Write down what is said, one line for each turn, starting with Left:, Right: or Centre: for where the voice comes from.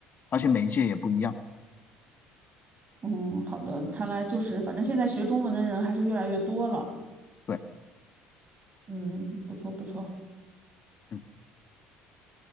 Left: 而且每一届也不一样。
Right: 嗯，好的，看来就是反正现在学中文的人还是越来越多了。
Left: 对，
Right: 嗯，不错不错。
Left: 嗯，